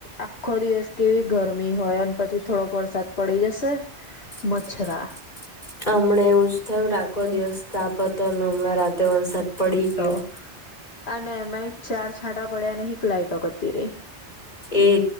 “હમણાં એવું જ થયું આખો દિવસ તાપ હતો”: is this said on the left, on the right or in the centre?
Left